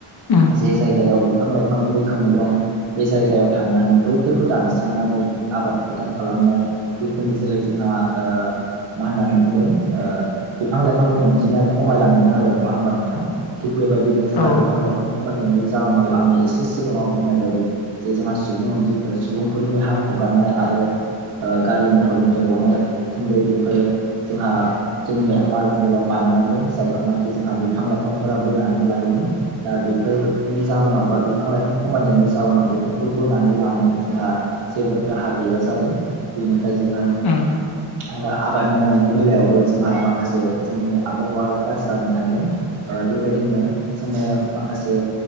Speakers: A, on the left; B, on the right.
A: उम
B: जे जायगायाव बिफां लाइफां मैखोमै दं। बे जायगायाव थांनानै बैफोरखौ दानस स्रां नानै आबाद फोथार खालामनाय बेफोरनि जोहै जोंहा ओ मा होननानै बुंदों? ओ बिफां लाइफांनि अनजिमाया खमायलांदों आरो नङा होमबा नोंथां। थिग बेबायदिनो जोंहा
A: औ
B: बिफां लाइफ खमायनायनि जाउनाव आं एसे सिगाङाव बुंनाय बायदि जे जोंहा सुबुं अनजि फोरनि हां हगारनाय आरो ओ गारि मथरनिफ्राय गनाय उख खुन्दै बेफोरो जोंहा जोंनि बारमडलाव बांलांदों। जायखौनाखि जोंहा बिफां लाइफां फांफोरा बोनानै लायोमोन। दा बेफोरनि जाहोनाव बा बिफां लाइफां खमायनायनि जाउनाव बेफोरखौ बोनानै लानो जोंहा जेबो राहा गैया जादों। बेनिफ्राय जोङो
A: उम
B: ओ आबाद मावनायनि बेलायावबो जोंहा माखासे जोंनि आबहावाया गाज्रि जानो थांदों। ओ बेबायदिनो जोङो माखासे